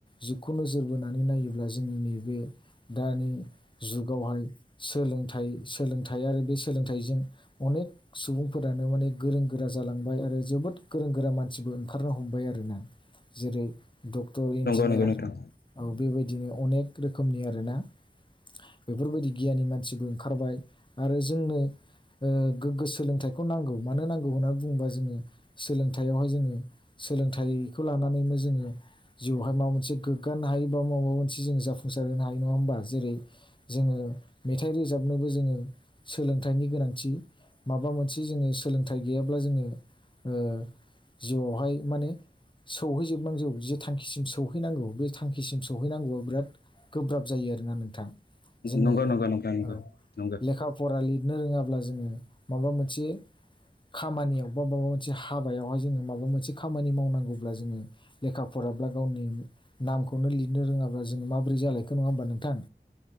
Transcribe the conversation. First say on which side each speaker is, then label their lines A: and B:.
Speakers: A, on the left; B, on the left.
A: जुगखौ नोजोर बोनानै नायोब्ला जोंनि नैबे दानि जुगावहाय सोलोंथाइ सोलोंथाइ थायो आरो बे सोलोंथाइजों अनेक सुबुंफोरानो माने गोरों गोरा जालांबाय आरो जोबोर गोरों गोरा मानसिबो ओंखारनो हमबाय आरो ना जेरै डक्टर इन्जिनियार
B: नंगौ नंगौ नोंथां
A: औ बेबायदिनो अनेक रोखोमनि आरोना बेफोरबायदि गियानि मानसिबो ओंखारबाय आरो जोंनो ओ गोग्गो सोलोंथाइखौ नांगौ मानो नांगौ होननानै बुङोबा जोङो सोलोंथाइयावहाय जोङो सोलोंथाइखौ लानानैनो जोङो जिउहाय माबा मोनसे गोग्गानो हायो बा माबा मोनसे जोङो जाफुंसार होनो हायो नङा होमबा जेरै जोङो मेथाइ रोजाबनोबो जोङो सोलोंथाइनि गोनांथि माबा मोनसे जोङो सोलों थाइ गैयाब्ला जोङो ओ जिउआवहाय माने सौहैजोबनांगौ जे थांखिसिम सौहैनांगौ बे थांखिसिम सौहैनांगौआ बिराद गोब्राब जायो आरोना नोंथां। जोङो
B: नंगौ नंगौ नोंथां नंगौ
A: औ
B: नंगौ
A: लेखा फरा लिरनो रोङाब्ला जोङो माबा मोनसे खामानियाव बा माबा मोनसे हाबायावहाय जोङो माबा मोनसे खामानि मावनांगौब्ला जोङो लेखा फर बाब्ला गावनि नामखौनो लिरनो रोङाब्ला जों माबोरै जालायखो नङा होमबा नोंथां?